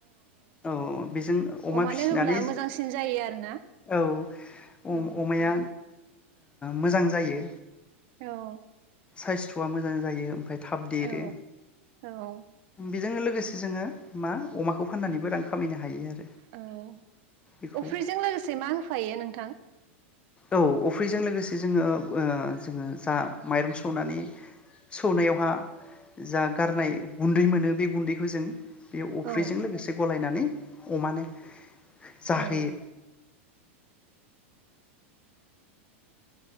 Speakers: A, on the left; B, on the right.
A: औ बेजों अमा
B: अमानो
A: फिसिनानै
B: होब्ला मोजांसिन जायो आरोना
A: औ
B: औ
A: अमाया। मोजां जायो।
B: औ।
A: साइस थआ मोजां जायो ओमफ्राय। थाब देरो।
B: औ औ औ
A: बे जोंनो लोगोसे जोङो मा अमाखौ फाननानैबो रां खामायनो हायो आरो।
B: औ
A: बेखौ
B: अफ्रिजों लोगोसे मा होफायो नोंथां।
A: औ अफ्रिजों लोगोसे जोङो जोङो जा माइरं सौनानै सौनायावहा जा गारनाय गुन्दै मोनो बे गुन्दैखौ जों। बेयो अफ्रिजों
B: औ
A: लोगोसे गलायनानै। अमानो। जाहोयो।
B: औ